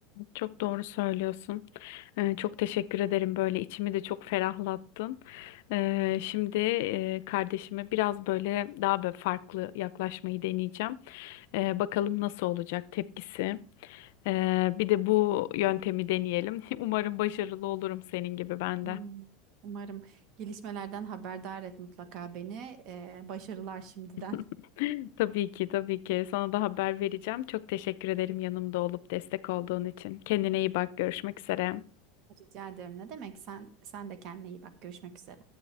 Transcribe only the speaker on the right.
Hmm,
Umarım gelişmelerden haberdar et mutlaka beni. Ee, başarılar şimdiden.
<laughs> Rica ederim. Ne demek? Sen sen de kendine iyi bak. Görüşmek üzere.